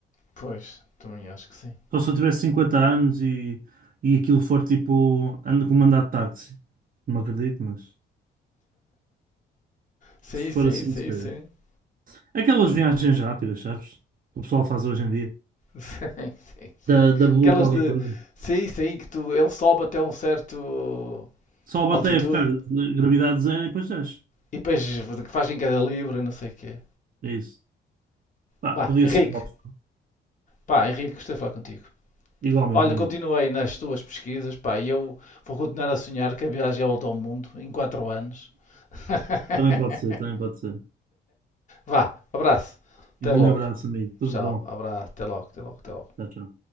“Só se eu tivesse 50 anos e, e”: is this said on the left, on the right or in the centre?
Right